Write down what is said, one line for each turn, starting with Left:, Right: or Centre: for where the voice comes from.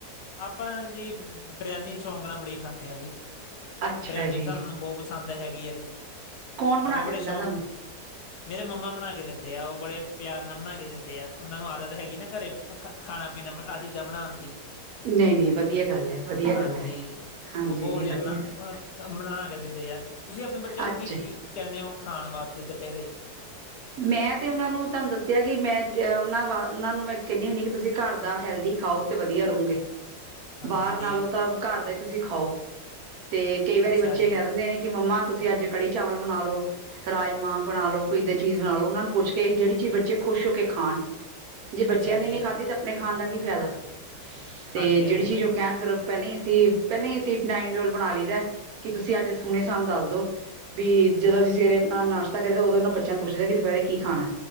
Left: ਆਪਾਂ ਜੀ ਬਰਿਆਨੀ ਸ਼ੌਕ ਨਾਲ ਬੜੀ ਖਾਂਦੇ ਹਾਂ ਜੀ,
Right: ਅੱਛਾ
Left: ਬਰਿਆਨੀ
Right: ਜੀ
Left: ਵੀ ਸਾਨੂੰ ਬਹੁਤ ਪਸੰਦ ਹੈਗੀ ਆ ਜੀ,
Right: ਕੌਣ ਬਣਾ
Left: ਆਪਾਂ
Right: ਕੇ
Left: ਬੜੇ
Right: ਦਿੰਦਾ
Left: ਸ਼ੌਂ
Right: ਤੁਹਾਨੂੰ
Left: ਮੇਰੇ ਮੰਮਾ ਬਣਾ ਕੇ ਦਿੰਦੇ ਆ ਉਹ ਬੜੇ ਪਿਆਰ ਨਾਲ ਬਣਾ ਕੇ ਦਿੰਦੇ ਆ ਉਹਨਾਂ ਨੂੰ ਆਦਤ ਹੈਗੀ ਨਾ ਘਰੇ ਖਾਣਾ-ਪੀਣਾ ਆ ਚੀਜ਼ਾਂ ਬਣਾਣ ਦੀ।
Right: ਨਹੀਂ-ਨਹੀਂ ਵਧੀਆ ਗੱਲ ਹੈ। ਵਧੀਆ
Left: ਹਾਂਜੀ,
Right: ਗੱਲ ਹੈ ਹਾਂਜੀ
Left: ਓਹ ਬੌ
Right: ਨਹੀਂ
Left: ਵਧੀਆ ਮੈਂ ਅ
Right: ਗੱਲ
Left: ਕ ਬਣਾ ਕੇ ਦਿੰਦੇ ਐ ਤੁਸੀਂ ਅਪਣੇ ਬੱਚਿਆਂ ਨੂੰ
Right: ਅੱਛਾ
Left: ਕੀ-ਕੀ ਕੈੰਣੇ ਔ ਖਾਣ ਵਾਸਤੇ ਦੁਪੈਰੇ?
Right: ਮੈਂ ਤੇ ਓਨਾਂ ਨੂੰ ਤਾਨੁ ਦੱਸਿਆ ਕਿ ਮੈਂ ਦੇ ਉਨਾਂ ਵਾ ਉਨਾਂ ਨੂੰ ਮੈਂ ਕੈਣੀ ਹੁੰਣੀ ਅ ਕਿ ਤੁਸੀਂ ਘਾਰ ਦਾ ਹੈਲਦੀ ਖਾਓ। ਤੇ ਵਧੀਆ ਰਾਉਗੇ।
Left: <unintelligible>
Right: ਬਾਰ ਨਾਲੋਂ
Left: ਜੀ
Right: ਤਾਂ ਘਰ ਦਾ ਹੀ ਤੁਸੀਂ ਖਾਓ ਤੇ ਕਈ ਵਾਰੀ
Left: ਅੱਛਾ
Right: ਬੱਚੇ
Left: ਜੀ
Right: ਕਹਿ ਦਿੰਦੇ ਨੇ ਕਿ ਮੰਮਾ ਤੁਸੀਂ ਅੱਜ ਕੜੀ ਚਾਵਲ ਬਣਾ ਲਓ, ਰਾਜਮਾਂ ਬਣਾ ਲਓ। ਕੋਈ ਇਦਾਂ ਚੀਜ਼ ਬਣਾ ਲੋ, ਔਨਾਂ ਨੂੰ ਪੁੱਛ ਕੇ ਜੇੜੀ ਚੀਜ਼ ਬੱਚੇ ਖੁਸ਼ ਹੋ ਕੇ ਖਾਣ। ਜੇ, ਬੱਚਿਆਂ
Left: ਅੱਛਾ
Right: ਨੇ
Left: ਜੀ
Right: ਨੀ ਖਾਧੀ, ਤੇ ਆਪਣੇ ਖਾਣ ਦਾ ਕੀ ਫਾਇਦਾ, ਤੇ
Left: ਹਾਂਜੀ ਹਾਂਜੀ
Right: ਜਿਹੜੀ ਚੀਜ਼ ਉਹ, ਕਹਿਣ ਫਿਰ ਪਹਿਲੇ ਈ ਅਸੀਂ -ਪੈਲਾਂ ਈ ਅਸੀਂ, ਈਟਨਾਈਨ ਰੋਲ ਬਣਾ ਲੀ ਦਾ ਕਿ, ਤੁਸੀਂ ਅੱਜ ਹੁਣੇ ਸਾਨੂੰ ਦੱਸ ਦੋ? ਬੀ ਜਦੋਂ, ਅਸੀਂ ਸਵੇਰੇ ਅਪਣਾ ਨਾਸ਼ਤਾ ਕਰੀ ਦਾ ਓਦੋਂ ਇਨਾ ਬੱਚ ਜਾ ਪੁੱਛ ਲਿਆ, ਦੁਪਹਿਰੇ ਕੀ ਖਾਣਾ,